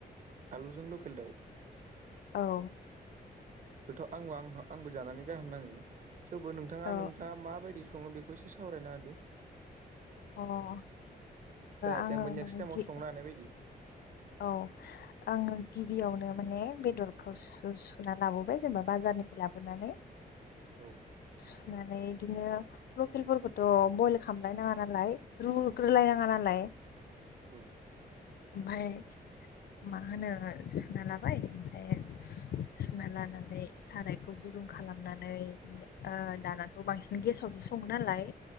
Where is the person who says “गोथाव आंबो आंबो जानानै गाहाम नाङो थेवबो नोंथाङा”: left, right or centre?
Right